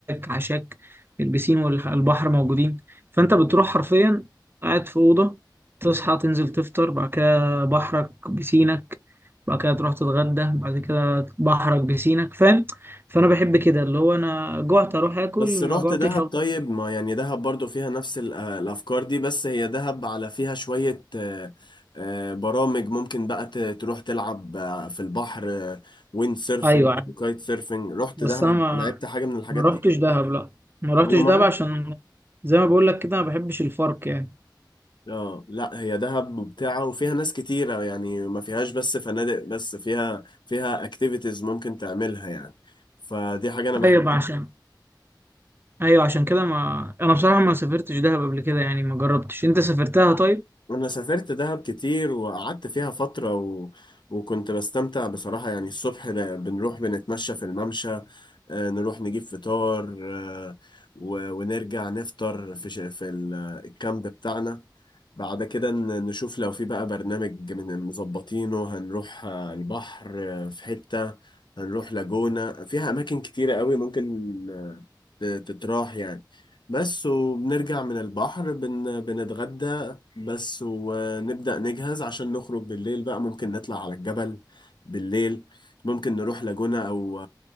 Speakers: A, on the right; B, on the left.
A: عشاك البسين والبحر موجودين فأنت بتروح حرفيا قاعد في أوضة تصحى تنزل تفطر بعد كده بحرك بسينك بعد كده تروح تتغدى بعد كده بحرك بسينك فاهم فأنا بحب كده اللي هو أنا جوعت أروح آكل
B: بس
A: ما
B: رحت
A: جوعتش
B: دهب
A: أفضل
B: طيب ما يعني دهب برضو فيها نفس ال- آه، الأفكار دي بس هي دهب على فيها شوية آه، آه، برامج ممكن بقى ت- تروح تلعب آه، في البحر آه، ويند سيرفينج
A: أيوة عارف.
B: وكايت سيرفينج رحت
A: بس
B: دهب
A: أنا ما
B: لعبت حاجة من الحاجات
A: ما
B: دي
A: رحتش دهب لأ ما رحتش
B: ولا مرة؟
A: دهب عشان زي ما بقول لك كده ما بحبش الفرق يعني
B: اه لا هي دهب ممتعة وفيها ناس كتيرة يعني ما فيهاش بس فنادق بس فيها فيها اكتيفيتيز ممكن تعملها يعني فدي حاجة أنا بحبها
A: أيوة عشان ايوه عشان كده ما انا بصراحه ما سافرتش دهب قبل كده يعني ما جربتش انت سافرتها طيب
B: انا سافرت دهب كتير وقعدت فيها فترة و... وكنت بستمتع بصراحة يعني الصبح ل- بنروح بنتمشى في الممشى آه، نروح نجيب فطار آه، و... ونرجع نفطر في ش... في ال- الكامب بتاعنا بعد كده ن- نشوف لو في بقى برنامج من مظبطينه هنروح آه، البحر آه، في حتة هنروح لاجونا فيها أماكن كتيرة قوي ممكن تتراح يعني بس وبنرجع من البحر بن... بنتغدى بس ونبدأ نجهز عشان نخرج بالليل بقى ممكن نطلع على الجبل بالليل ممكن نروح لاجونة أو